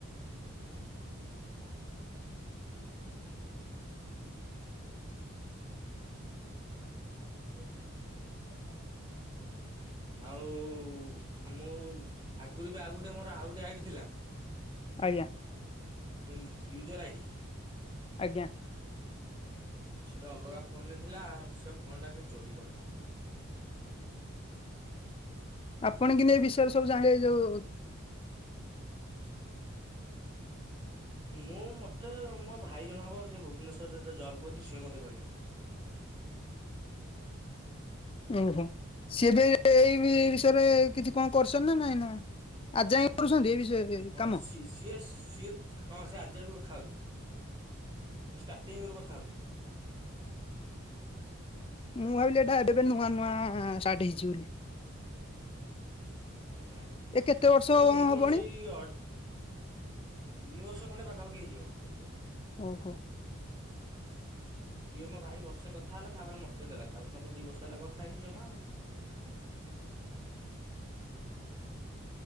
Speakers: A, on the right (about 20°); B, on the left (about 25°).
A: ହଁ <inaudible> <unintelligible> ଆଉ ମୁଁ ଆଗରୁ ବି ଆଉ ଗୋଟେ ମୋର ଆଉ ଗୋଟେ ଆଇଡ଼ ଥିଲା।
B: ଆଜ୍ଞା
A: ୟୁ ୟୁଜର ଆଇ ଡି
B: ଆଜ୍ଞା
A: ସେଟା ଅଲଗା ଫୋନରେ ଥିଲା ସେ ଫୋନ୍ ଟା କିଏ ଚୋରି କରିଦେଲା।
B: ଆପଣ କିନ୍ତୁ ଏ ବିଷୟରେ ସବୁ ଜାଣିବେ ଯୋଉ
A: ମୁଁ ମୋତେ ମୋ ଭାଇ ଜଣେ ହେବ ସେ ଭୁବନେଶ୍ବରରେ ଜବ୍ କରିଛି ସିଏ ମୋତେ କହିଲା।
B: ଓହୋ ସିଏ ବି ଏଇ ବିଷୟରେ କିଛି କଣ କରସନ୍ ନା ନାଇଁ ନା ଅଜିଯାଇ କରୁଛନ୍ତି ଏ ବିଷୟରେ
A: ହଁ
B: କାମ?
A: ସିଏ ସିଏ ହଁ ସିଏ ଆଜି ବି କଥା ହଉଛି। ଷ୍ଟାର୍ଟିଂରୁ କଥା ହଉଛି।
B: ମୁଁ ଭାବିଲି ଏଇଟା ଏବେ ନୂଆ ନୂଆ ଷ୍ଟାର୍ଟ ହେଇଛି ବୋଲି
A: ହୁଁ ନା ନା ଏଇଟାକୁ
B: ଏ କେତେ ବର୍ଷ
A: ହେଇଯିବନି
B: ହବଣି?
A: ଏଇ ଆଡ୍ ତିନି ବର୍ଷ ଖଣ୍ଡ ପାଖାପାଖି ହେଇଯିବନି।
B: ଓହୋ
A: ଏ ମୋ ଭାଇ ବସେ କଥା ହେଲା ତାପରେ ମତେ ଦେଲା ତାପରେ ତ ମୁଁ ଦି ବର୍ଷ ହେଲା କଥା ହେଇଛିି ଜମା ଆଉ